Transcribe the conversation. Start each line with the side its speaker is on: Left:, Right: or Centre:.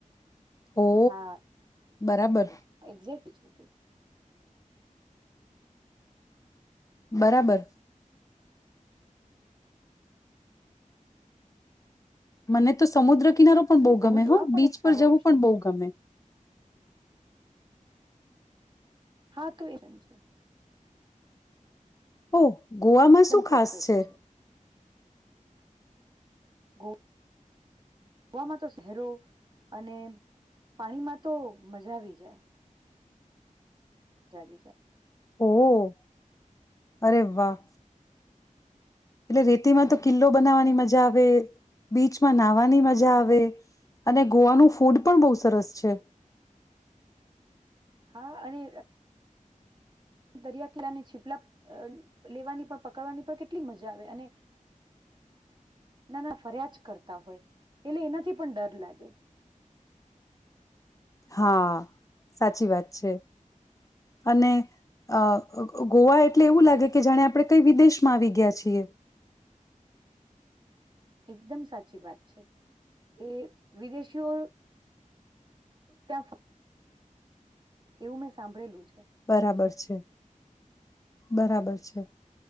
Left: ઓ.
Right: હા
Left: બરાબર
Right: એક્ઝેક્ટ છે તું
Left: બરાબર મને તો સમુદ્ર કિનારો પણ
Right: અને
Left: બો
Right: સમુદ્ર
Left: ગમે હ
Right: ગોવા પણ
Left: બીચ
Right: એક
Left: પર
Right: સારો
Left: જવું
Right: ઓપ્શન
Left: પણ બો
Right: છે.
Left: ગમે.
Right: હા તો એ છે.
Left: ઓ ગોવામાં
Right: એકદમ
Left: શું ખાસ
Right: પરફેક્ટ
Left: છે.
Right: ગો ગોવામાં તો શહેરો અને પાણીમાં તો મજા આવી જાય. જા આવી જાય
Left: ઓહ અરે વાહ. એટલે રેતીમાં તો કિલ્લો બનાવવાની મજા આવે બીચમાં નાહવાની મજા આવે અને ગોવાનું ફૂડ પણ બહુ સરસ છે.
Right: હા અને દરિયા કિલા ને છીપલા લેવાની પણ પકડવાની પણ કેટલી મજા આવે અને નાના ફરિયાજ કરતા હોય એટલે એનાથી પણ ડર લાગે.
Left: હા સાચી વાત છે અને અ ગોવા એટલે એવું લાગે કે જાણે આપણે કઈ વિદેશમાં આવી ગયા છીએ.
Right: એકદમ સાચી વાત છે એ વિદેશીઓ ત્યાં એવું મેં સાંભળેલું છે.
Left: બરાબર છે. બરાબર છે